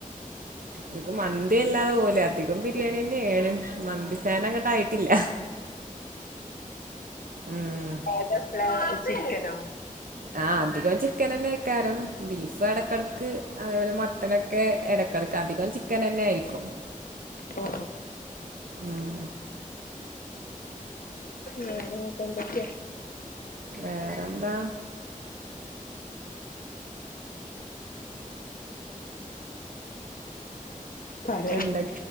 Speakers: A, on the right; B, on the left.
A: ഇൻക്ക് മന്തി വല്ലാതെ പോവൂല അധികം ബിരിയാണിയെന്നേണ് മന്തി ഫാൻ അങ്ങട്ട് ആയിട്ടില്ല. ഉം
B: ഓ ഏതെവെക്ക്ണെ ചിക്കനോ?
A: ആ അധികം ചിക്കൻ നന്നെയ്ക്കാരം ബീഫ് എടക്കെടക്ക് അതേപോലെ മ ട്ടനൊക്കെ എടക്കെടക്ക് അധികം ചിക്കൻ നന്നെ ആയിരിക്കും.
B: ഓ
A: ഉം
B: വേറെ ന്നട്ട് എന്തക്കെ?
A: വേറെന്താ
B: പറയാ
A: എന്തൊ